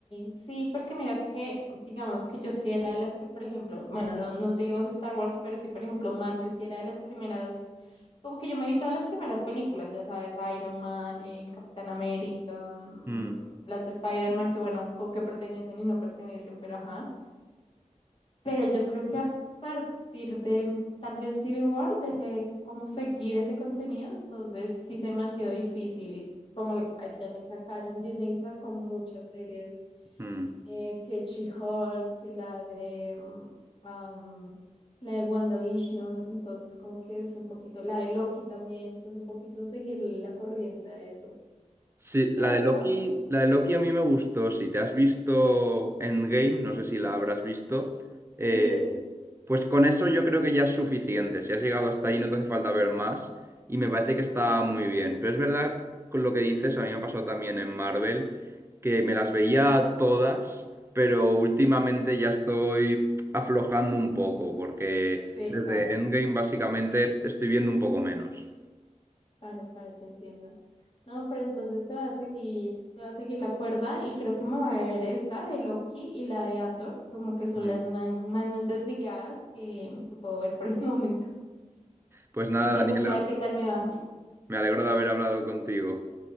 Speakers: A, on the left; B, on the right.
A: sí, porque mira que, digamos que yo sí era de las que, por ejemplo, bueno, no, no te digo Star Wars, pero sí, por ejemplo, Marvel sí era de las primeras, como que yo me vi todas las primeras películas, ya sabes, Iron Man, eh, Capitán América, mm,
B: Mm,
A: las de Spider-Man, que bueno, como que pertenecen y no pertenecen, pero ajá. Pero yo creo que a partir de tal vez Civil War dejé de como seguir ese contenido, entonces sí se me ha sido difícil. Y como ahí también sacaron Disney sacó muchas series,
B: mm.
A: eh, que She-Hulk, que la de mm, am, la de WandaVision, entonces como que es un poquito, la de Loki también, entonces un poquito seguir la corriente a eso.
B: Sí,
A: Pero
B: la de Loki,
A: sí,
B: la de Loki a mí me gustó. Si te has visto Endgame, no sé si la habrás visto, eh,
A: sí,
B: pues con eso yo creo que ya es suficiente. Si has llegado hasta ahí, no te hace falta ver más. Y me parece que está muy bien. Pero es verdad, con lo que dices, a mí me ha pasado también en Marvel, que me las veía todas, pero últimamente ya estoy aflojando un poco, porque
A: sí,
B: desde
A: claro.
B: Endgame básicamente estoy viendo un poco menos.
A: Claro, claro, te entiendo. No, pero entonces te va a seguir, te va a seguir la cuerda y creo que me voy a ver esta de Loki y la de Andor, como que son
B: Mm.
A: las man- manos desligadas que, que puedo ver por el <laughs> momento.
B: Pues nada,
A: Y te
B: Daniela,
A: cuento a ver qué tal me va.
B: me alegro de haber hablado contigo.